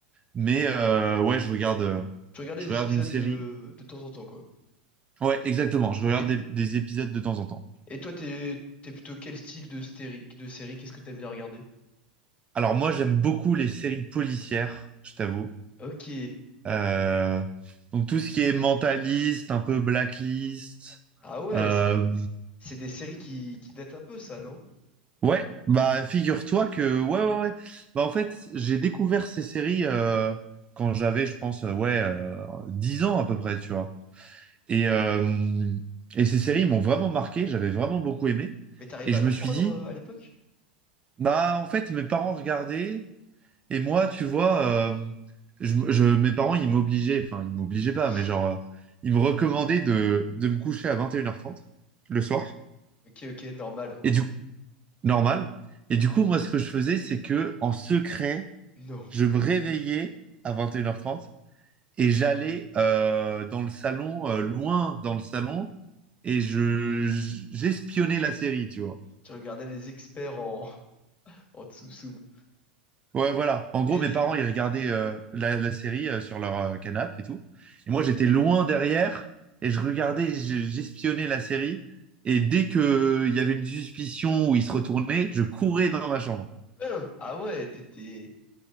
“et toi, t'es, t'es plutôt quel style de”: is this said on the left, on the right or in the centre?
Left